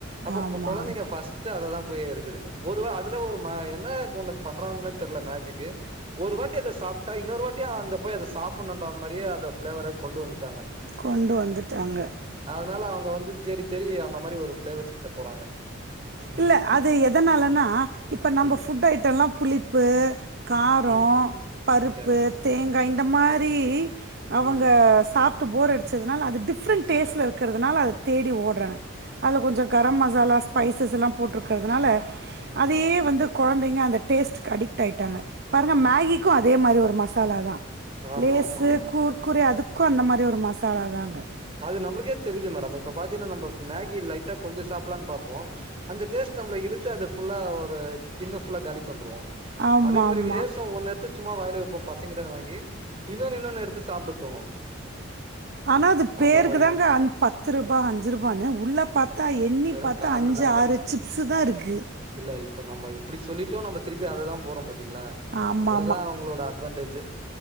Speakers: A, on the right; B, on the right.
A: அப்ப
B: ஆமாம்
A: கொழந்தைங்க ஃபஸ்ட்டு அததா போய் எடுக்குதுங்க ஒருவா அதுல ஒரு ம என்ன ஒண்ணு பண்றாங்ன்னே தெர்ல மேஜிக்கு ஒரு வாட்டி அத சாப்ட்டா இன்னொரு வாட்டி அந்த போய் அத சாப்புண்ணுன்ற மாரியே அத ஃப்ளேவர கொண்டு வந்துட்டாங்க
B: கொண்டு வந்துட்டாங்க
A: அதனால அவுங்க வந்து தேடி தேடி அந்த மாரி ஒரு ஃபிளேவர்ஸ் கிட்ட போறாங்க ம்
B: இல்ல
A: ம்
B: அது எதனாலன்னா இப்போ நம்ம
A: ம்
B: ஃபுட் ஐட்டல்லா புளிப்பு காரோ
A: ம்
B: பருப்பு
A: சரி
B: தேங்கா இந்த மாரி அவுங்க
A: ம்
B: சாப் டு போர் அடிச்சதுனால அது டிஃப்ரெண்ட் டேஸ்ல இருக்கிறதுனால அத தேடி ஓட்றாங் அதுல கொஞ்சோ கரம் மசாலா ஸ்பை சஸெல்லா போட்ருக்கிறதுனால
A: ம்
B: அதயே வந்து கொழந்தைங்க அந்த டேஸ்ட்டுக் அடிக் ஆயிட்டாங்க பாருங்க மேகிக்கு
A: ம்
B: அதே மாரி ஒரு மசாலாதா
A: ஆமா
B: லேசு
A: ஆமா ஆமா
B: குர் குரே அதுக்கு அந்த மாரி ஒரு மசாலா தாங்க
A: அது நம்ப்ளுக்கே தெரிது மேடம் இப்ப பாத்தீன்னா நம்ப மேகி லைட்டா கொஞ்ச சாப்புலான் பாப் போம் அந்த டேஸ்ட் நம்மள இழுத்து அது ஃபுல்லா ஒரு கிண்ணு ஃபுல்லா காலி பண்றோ
B: ஆமாமா.
A: அதே மாரி லேசு ஒன்னெடுத்து சும்மா வாயில வெப்போம் பசங்கிட்டந்து வாங்கி இன்னொன்னு இன்னொன்னு எடுத்து சாப்புட தோணு
B: ஆனா அது பேருக்கு
A: அந்த மாரி
B: தாங்க அன் பத்து ரூபா அஞ்சு ரூபானு உள்ள பாத்தா எண்ணி
A: வெறு
B: பாத்தா
A: காத்துதா
B: அஞ்சு
A: இருக்கு
B: ஆறு சிப்ஸுதா இருக்கு
A: இல்ல இப்ப நம்ம இப்புடி சொல்லிட்டு நம்ம திருப்பி அததா போறோ பாத்தீங்ளா
B: ஆமா
A: அதுதா அவுங்ளோட அட்வான்டேஜ்